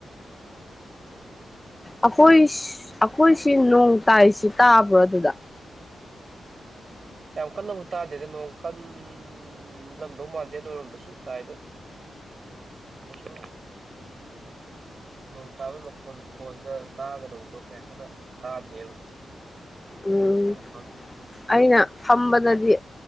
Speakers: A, on the left; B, on the right.
A: ꯑꯩꯈꯣꯏ ꯑꯩꯈꯣꯏꯁꯤ ꯅꯣꯡ ꯇꯥꯏꯁꯤ ꯇꯥꯕ꯭ꯔꯣ ꯑꯗꯨꯗ
B: ꯌꯥꯝ ꯀꯟꯅꯕꯨ ꯇꯥꯗꯦꯗ ꯅꯣꯡ ꯀꯟꯂꯝꯗꯧ ꯃꯥꯟꯗꯦ ꯅꯣꯏꯔꯣꯝꯗꯁꯨ ꯇꯥꯏꯗꯨ ꯑꯁꯨꯨꯝ ꯅꯣꯡ ꯇꯥꯕꯩ ꯃꯈꯣꯟ ꯐꯣꯟꯗ ꯇꯥꯒꯗꯧꯕꯗꯣ ꯀꯌꯥ ꯀꯟꯅ ꯇꯥꯗꯦꯕ
A: ꯎꯝ
B: ꯈꯪꯕꯨ ꯈꯪ
A: ꯑꯩꯅ ꯐꯝꯕꯗꯗꯤ